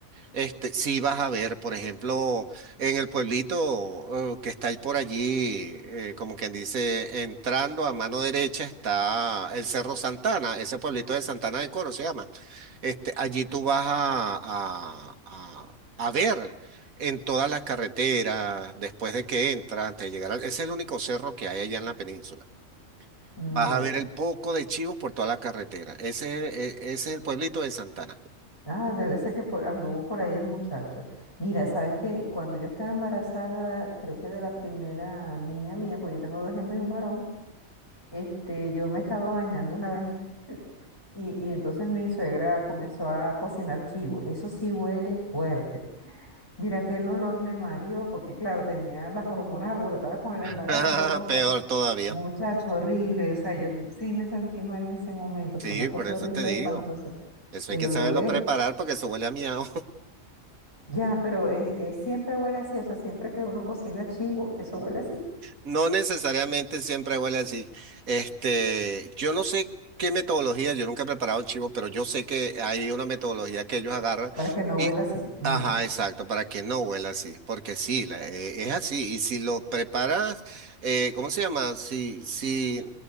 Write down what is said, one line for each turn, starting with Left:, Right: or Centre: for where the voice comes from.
Right: este, sí vas a ver, por ejemplo, en el pueblito eh, que está ahí por allí, eh, como quien dice, entrando a mano derecha está el Cerro Santana, ese pueblito de Santana de Coro se llama. Este, allí tú vas a, a, a, a ver en todas las carreteras, después de que entras, antes de llegar al- ese es el único cerro que hay allá en la península.
Left: Mm,
Right: Vas
Left: ya.
Right: a ver el poco de chivos por toda la carretera. Ese, es- e- ese es el pueblito de Santana.
Left: Ah, debe ser que por- anduvo por ahí el muchacho. Mira, sabes que cuando yo estaba embarazada, creo que de la primera niña mía, pues yo tengo dos hembras y un varón, este, yo me estaba bañando una vez <laughs> y, y entonces mi suegra comenzó a cocinar chivo. Eso sí huele fuerte. Mira que el olor me mareó porque claro, tenía las hormonas alborotadas con el embarazo
Right: <laughs>
Left: y la cosa.
Right: Peor todavía.
Left: Muchacho, horrible. O sea, yo sí me sentí mal en ese momento.
Right: Sí,
Left: Fue una cosa
Right: por eso
Left: horrible,
Right: te digo.
Left: espantosa.
Right: Eso
Left: El
Right: hay que
Left: olor
Right: saberlo
Left: es
Right: preparar porque eso huele a miau.
Left: Ya, pero es, es- siempre huele así, o sea, siempre que uno cocina chivo, eso huele así,
Right: No necesariamente siempre huele así. Este, yo no sé qué metodología, yo nunca he preparado chivo, pero yo sé que hay una metodología que ellos agarran
Left: para que no
Right: y,
Left: huela así. Ajá.
Right: ajá, exacto, para que no huela así, porque sí, la- eh, es así. Y si lo preparas, eh, ¿cómo se llama? Si, si